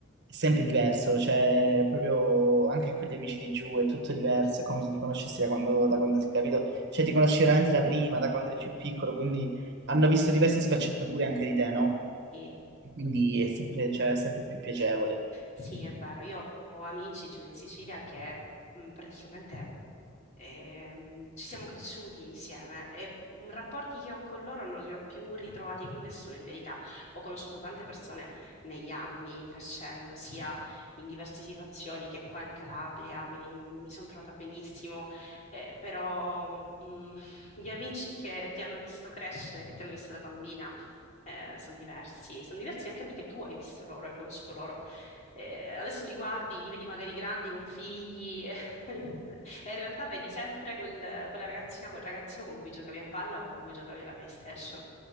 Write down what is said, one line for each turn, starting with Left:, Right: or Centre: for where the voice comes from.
Right: è sempre diverso, cioè proprio anche con gli amici di giù è tutto diverso, è come se ti conoscessi da quando, da quando sei capito, cioè ti conosci veramente da prima, da quando eri più piccolo, quindi hanno visto diverse sfaccettature anche di te, no?
Left: Sì.
Right: Quindi è sempre, cioè, è sempre più piacevole.
Left: Sì, è vero. Io ho amici giù in Sicilia che mh, praticamente ehm, ci siamo cresciuti insieme e mh, rapporti che ho con loro non li ho più ritrovati con nessuno in verità. Ho conosciuto tante persone negli anni, crescendo, sia in diverse situazioni che qua in Calabria, mi, mi sono trovata benissimo, eh, però mh, gli amici che ti hanno visto crescere, che ti hanno visto da bambina, sono diversi, sono diversi anche perché tu hai visto loro, hai conosciuto loro eh, adesso li guardi, li vedi magari grandi con figli, <laughs> e in realtà vedi sempre quel- quella ragazzina, quel ragazzino con cui giocavi a palla o con cui giocavi alla PlayStation.